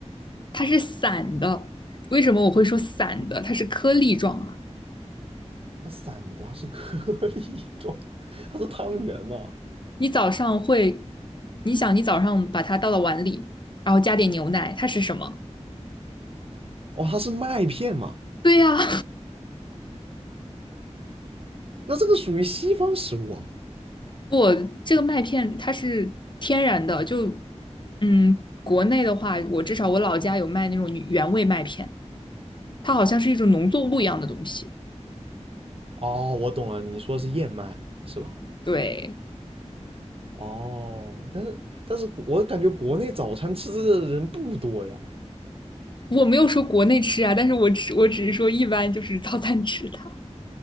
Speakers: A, on the left (about 40°); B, on the right (about 55°).
A: 它是散的。为什么我会说散的？它是颗粒状啊。
B: 它散的，它是颗粒状，它是汤圆嘛？
A: 你早上会，你想你早上把它倒到碗里，然后加点牛奶，它是什么？
B: 哦，它是麦片嘛？
A: 对呀、啊
B: 那这个属于西方食物啊？
A: 不，这个麦片它是天然的，就嗯，国内的话，我至少我老家有卖那种原味麦片，它好像是一种农作物一样的东西。
B: 哦，我懂了，你说的是燕麦是吧？
A: 对，
B: 哦，但是但是我感觉国内早餐吃这个的人不多呀。
A: 我没有说国内吃啊，但是我只我只是说一般就是早餐吃它。